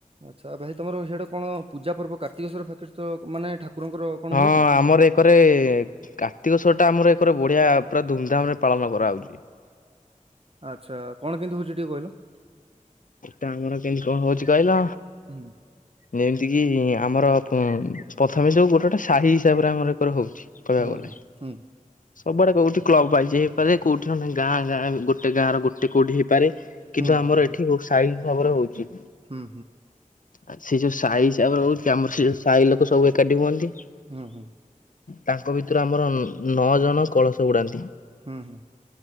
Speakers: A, on the right; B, on the left.
A: ଆଚ୍ଛା ଭାଇ ତମର ସିଆଡେ କଣ ପୂଜା ପର୍ବ କାର୍ତ୍ତିକେସ୍ୱର ଫାର୍ତ୍ତିକେ ସ୍ୱର ମାନେ ଠାକୁରଙ୍କର କଣ
B: ହଁ
A: ହୁଏ କି
B: ଆମର ଏ କରେ କାର୍ତ୍ତିକେ ସ୍ୱର ଟା ଆମର ଏକରେ ବଢ଼ିଆ ପୁରା ଧୁମ୍ ଧାମ୍ ରେ ପାଳନ କରାହେଉଛି।
A: ଆଚ୍ଛା କଣ କେମିତି ହଉଛି ଟିକେ କହିଲ?
B: ଟା ଆମର କେମତି କଣ ହଉଛି କହିଲ
A: ହୁଁ
B: ଯେମିତି କିି ଆମର ପ ଥମେ ଯୋଉ ଗୋଟେ ଗୋଟେ ସାହି ହିସାବରେ ଆମର ଏକରେ ହଉଛି କହିବାକୁ
A: ହୁଁ
B: ଗଲେ।
A: ହୁଁ
B: ସବୁଆଡ଼େ କଉଠି କ୍ଲବ ବାଇଜି ହେଇପାରେ କଉଠି ନହେନେ ଗାଁ ଗାଁ ଗୋଟେ ଗାଁ ର ଗୋଟେ କୋଉଠି ହେଇ ପାରେ କିନ୍ତୁ
A: ହୁଁ
B: ଆମର
A: ହୁଁ
B: ଏଠି ସାହି ହିସାବରେ ହଉଛି।
A: ହୁଁ
B: ଆ ସେ ଯୋଉ ସାହି ହିସାବ ହଉଛି ଆମର ସେ ସାଇ ଲୋକ ସବୁ ଏକାଠି ହୁଅନ୍ତି।
A: ହୁଁ ହୁଁ ହୁଁ
B: ତାଙ୍କ ଭିତରୁ ଆମର ନଅ ଜଣ କଳସ ବୁଡ଼ାନ୍ତି।
A: ହୁଁ ହୁଁ